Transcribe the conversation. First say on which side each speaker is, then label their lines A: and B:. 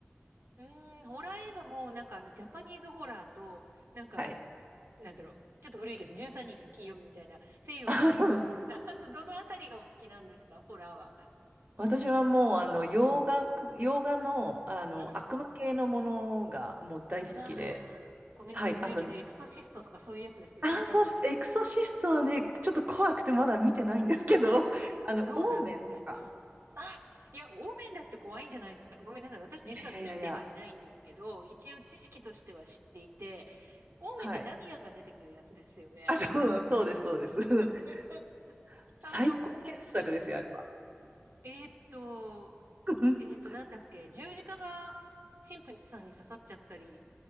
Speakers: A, on the right; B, on the right.
A: うーん、ホラー映画も、なんかあの、ジャパニーズホラーと、なんかあの、
B: はい。
A: なんだろう、ちょっと古いけど、13日の金曜日みたいな、西洋のとあるじゃないですか。
B: <laughs>
A: <laughs> あの、どのあたりがお好きなんですか、ホラーは。
B: 私はもう、あの、洋画、洋画の、あの、
A: うん。
B: 悪魔系のものがもう大好きで、
A: なあ、ごめんなさい、
B: はい。
A: 古いけど、
B: あと、
A: エクソシストとかそういうやつですよね、
B: あ、
A: 多分古い。
B: そうです。エクソシストはね、ちょっと怖くてまだ見てないんですけど、
A: あ、
B: <laughs>
A: そうなんですね。
B: あの、オーメンとか。
A: うん。あ、いや、オーメンだって怖いんじゃないですか。ごめんなさい、私実は見てはいないんですけど、
B: いやいやいやいや、
A: 一応知識としては知っていて、オーメンってダミアンが出てくるやつですよね。
B: はい。あ、そう、そうです、そうです。<laughs>
A: <laughs>
B: 最高傑作ですよ、
A: あの、うん。
B: あれは。
A: えーっと、
B: <laughs>
A: えーっと、なんだっけ、十字架が神父さんに刺さっちゃったり、